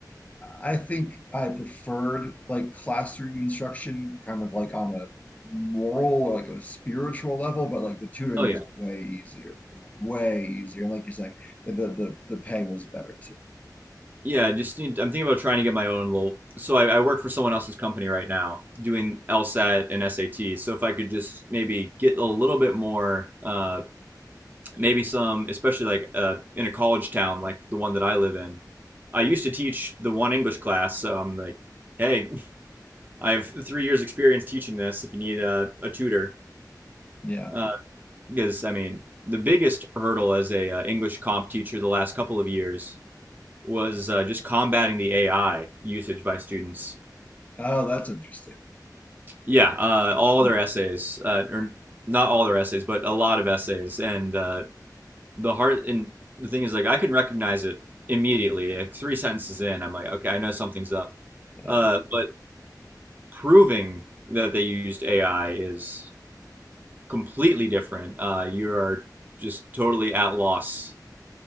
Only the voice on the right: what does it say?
Oh
yeah.
Yeah, I just need. I'm thinking about trying to get my own little. So I, I work for someone else's company right now, doing LSAT and SAT. So if I could just maybe get a little bit more, uh, maybe some, especially like uh, in a college town like the one that I live in. I used to teach the one English class, so I'm like, hey, I have three years experience teaching this. If you need a, a tutor,
uh, because I mean, the biggest hurdle as a uh, English comp teacher the last couple of years was uh, just combating the AI usage by students.
Yeah, uh,
all their essays, uh, or not all their essays, but a lot of essays. And uh, the heart and the thing is, like, I can recognize it immediately. Like, three sentences in, I'm like, okay, I know something's up.
Uh, but proving that they used AI is completely different. Uh, you are just totally at loss